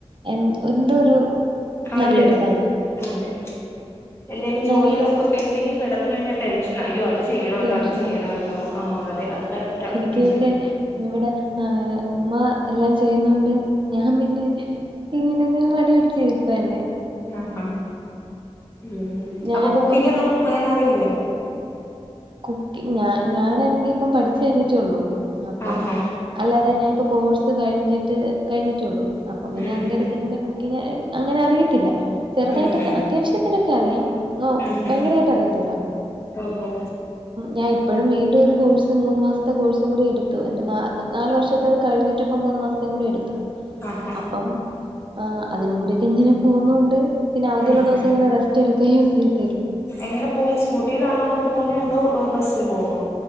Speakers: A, on the right; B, on the left.
A: എന്ത എന്തോ ഒരു
B: അതെ
A: നല്ലൊരിതാണ്
B: അതെ അതെ എന്തേലും ജോലി
A: നല്ല
B: നമുക്ക് പെൻഡിങ്ങ് കിടന്ന് കഴിഞ്ഞാൽ നമ്മക്ക് ടെൻഷനാ ആയ്യോ അത് ചെയ്യണല്ലോ
A: ടെൻഷനാണ്
B: അത് ചെയ്യണല്ലോ ആഹ് അതെ അത് കറക്റ്റാ
A: എനിക്ക്
B: ഉം
A: പിന്നെ ഇവിടെ ഏഹ് ഉമ്മ എല്ലാം ചെയ്യുന്നോണ്ട് ഞാൻ പിന്നെ ഇങ്ങനെങ്ങ് മടി പിടിച്ച് ഇരുപ്പന്നെ
B: ആഹ് ആഹ് ഉം
A: ഞാനിപ്പം
B: അപ്പൊ കുക്കിങ് ഒന്നും അങ്ങനെ അറിയില്ലേ
A: കുക്കിങ്ങ് ഞാ ഞാനാണെങ്കി ഇപ്പം പഠിച്ചു കഴിഞ്ഞിട്ടേ ഉള്ളൂ അപ്പം
B: ആഹാ
A: അല്ലാതെ ഞാൻ ഇപ് ഇപ്പൊ കോഴ്സ് കഴിഞ്ഞിട്ട് കഴിഞ്ഞിട്ട് ഒള്ളൂ അപ്പൊ പിന്നെ
B: ഉം
A: അതിൻ്റെടക്ക്
B: ഉം
A: ഇങ്ങെനെ <unintelligible> അങ്ങനെ അറിയത്തില്ല ചെറുതായിട്ടൊക്കെ
B: ഉം ഉം
A: അത്യാവശ്യത്തിന് ക്കറിയാം ആഹ്
B: ഉം
A: ഭയങ്കരായിട്ട്
B: ഉം
A: അറിയത്തില്ല
B: ഓഹോ
A: ഞാൻ ഇപ്പോഴും വീണ്ടും ഒരു കോഴ്സ് മൂന്ന് മാസത്തെ കോഴ്സും കൂടി എടുത്തു എന്റെ നാല് വർഷത്തത് കഴിഞ്ഞിട്ട് ഇപ്പം മൂന്നു മാസത്ത കൂടി എടുത്തു
B: ആഹാ
A: അപ്പം ആ അതിനും കൂടിക്കെ ഇങ്ങനെ പോന്നുോണ്ട് പിന്നെ അവധി
B: ഉം
A: ള്ള ദിവം
B: ഉം
A: ഇങ്ങനെറെസ്റ്റ് എടു കയോ സ
B: എങ്ങനെ പോകും സ്കൂട്ടിയിലാണോ അപ്പൊ പോകുന്നേ ഹോ ബസിൽ പോവോ